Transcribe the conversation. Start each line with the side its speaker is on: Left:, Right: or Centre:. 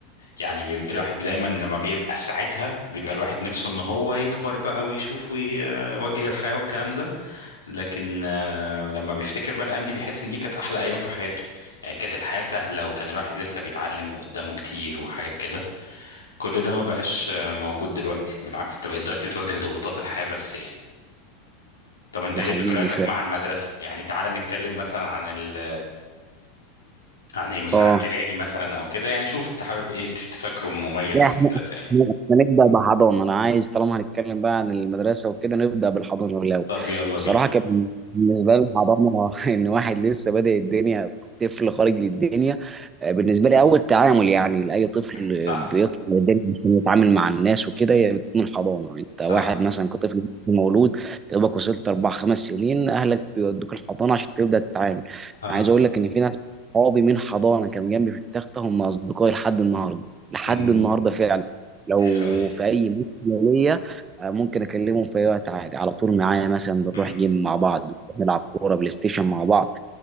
Left: يعني بيبقى الواحد دايما لما بيبقى في ساعتها بيبقى الواحد نفسه ان هو يكبر بقى ويشوف ويوجه الحياة والكلام ده لكن آه، لما بيفتكر بقى الأيام دي بيحس ان دي كانت أحلى أيام في حياته يعني كانت الحياة سهلة وكان الواحد لسه بيتعلم وقدامه كتير وحاجات كده كل ده ما بقاش آه، موجود دلوقتي بالعكس انت بقيت دلوقتي بتواجه ضغوطات الحياة بس يعني طب انت
Right: ده
Left: ايه
Right: حقيقي
Left: ذكرياتك
Right: فعلا
Left: مع المدرسة يعني تعال نتكلم مثلا عن ال... عن ايه مثلا
Right: آه
Left: عن ابتدائي مثلا او كده يعني شوف انت حابب ايه تف- تفكره مميز
Right: لا
Left: في
Right: احنا
Left: المدرسة
Right: احنا
Left: يعني
Right: إحنا نبدا بحضانه انا عايز طالما هنتكلم بقى عن المدرسه وكده نبدا بالحضانه الاول
Left: طب يلا بينا
Right: بصراحه كان بالنسبه لي الحضانه <laughs> ان واحد لسه بادئ الدنيا طفل خارج للدنيا آه، بالنسبه لي اول تعامل يعني لاي طفل
Left: صح
Right: بيطلع الدنيا عشان يتعامل مع الناس وكده هي بتكون الحضانه انت
Left: صح
Right: واحد مثلا كطفل مولود يا دوبك وصلت اربع خمس سنين اهلك بيودوك الحضانه عشان تبدا تتعامل
Left: اه
Right: أنا عايز اقول لك ان في ناس صحابي من حضانه كانوا جنبي في التخته هم اصدقائي لحد النهارده لحد
Left: امم.
Right: النهارده فعلا لو
Left: حلوة دي
Right: في اي مشكله ليا آه، ممكن اكلمهم في اي وقت عادي على طول معايا مثلا بنروح
Left: امم.
Right: جيم مع بعض نلعب كوره بلاي ستيشن مع بعض